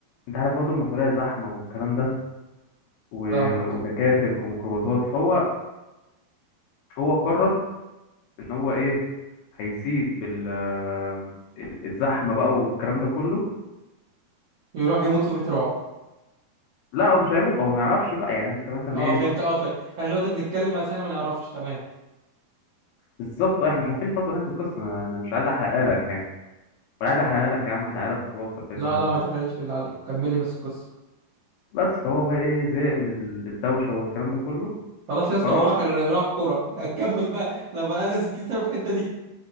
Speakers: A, on the left; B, on the right.
A: انت عارف برضو المطريه زحمه والكلام ده و-
B: فاهمك
A: وتكاتك وميكروباصات فهو هو قرر ان هو ايه هيسيب ال- ال- الزحمه بقى والكلام ده كله
B: يروح يموت في بيت رعب
A: لا هو مش هيموت او ما يعرفش بقى يعني انت مثلا
B: اه
A: ايه
B: فهمت اه فهمت احنا دلوقتي بنتكلم بس احنا ما نعرفش تمام
A: بالظبط آه، احنا مش عارفين برضه انت القصه انا أنا مش عايز احرقها لك يعني ولا عايز احرقها لك يا عم احرقها لك وخلاص هتلاقيه
B: لا
A: طيب
B: لا ما تحرقليش بالله عليك كمل لي بس القصه
A: بس فهو بقى ايه زهق من ال- الدوشه والكلام ده كله
B: خلاص يا اسطى
A: فراح
B: وراح الر- وراح الكوره هكمل <laughs> بقى لو بقى لنا 60 سنه في الحته دي